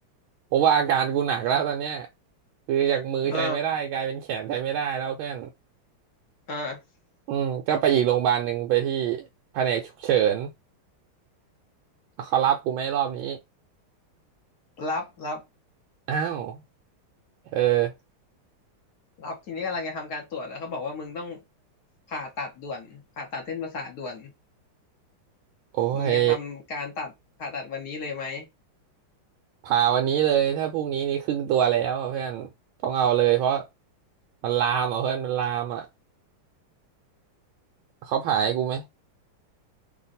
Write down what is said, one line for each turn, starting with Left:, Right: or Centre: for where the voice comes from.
Right: เพราะว่าอาการกูหนักแล้วตอนเนี้ยคือจากมือใช้ไม่ได้กลายเป็นแขนใช้ไม่ได้แล้วเพื่อน
Left: เออเออ
Right: อืมก็ไปอีกโรงพยาบาลหนึ่งไปที่แผนกฉุกเฉินเขารับกูไหม่รอบนี้
Left: รับรับ
Right: อ้าวเออ
Left: รับทีนี้กำลังจะทำการตรวจแล้วเขาบอกว่ามึงต้องผ่าตัดด่วนผ่าตัดเส้นประสาทด่วน
Right: โอ้ย
Left: มึงจะทำการตัดผ่าตัดวันนี้เลยไหม
Right: พาวันนี้เลยถ้าพรุ่งนี้นี่ครึ่งตัวแล้วอะเพื่อนต้องเอาเลยเพราะมันลามอ่ะเพื่อนมันลามอ่ะเขาผ่าให้กูไหม